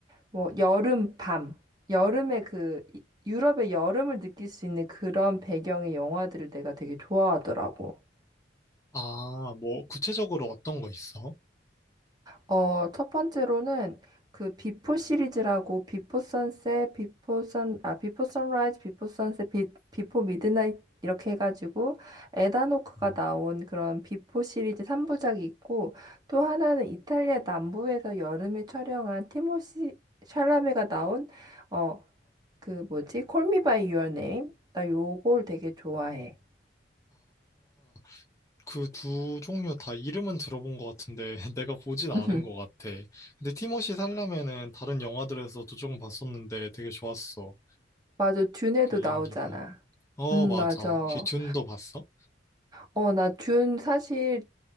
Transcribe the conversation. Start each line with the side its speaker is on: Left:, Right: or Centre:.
Right: 뭐 여름 밤, 여름의 그 이- 유럽의 여름을 느낄 수 있는 그런 배경의 영화들을 내가 되게 좋아하더라고.
Left: 아, 뭐, 구체적으로 어떤 거 있어?
Right: 어, 첫 번째로는 그 비포 시리즈라고 비포 선셋, 비포 선, 아, 비포 선라이즈, 비포 선셋, 비, 비포 미드나잇 이렇게 해가지고 에다노크가
Left: 음.
Right: 나온 그런 비포 시리즈 3부작이 있고 또 하나는 이탈리아 남부에서 여름에 촬영한 티모시 샬라메가 나온 어, 그 뭐지? 콜미 바이 유어 네임. 나 요걸 되게 좋아해.
Left: 아, 그 두 종류 다 이름은 들어본 것 같은데, <laughs> 내가 보진 않은
Right: <laughs>
Left: 것 같아. 근데 티머시 살라멘은 다른 영화들에서도 조금 봤었는데 되게 좋았어.
Right: 맞아. 듄에도
Left: 그
Right: 나오잖아.
Left: 연기가. 어,
Right: 음,
Left: 맞아.
Right: 맞아.
Left: 혹시 듄도 봤어?
Right: 어, 나 듄 사실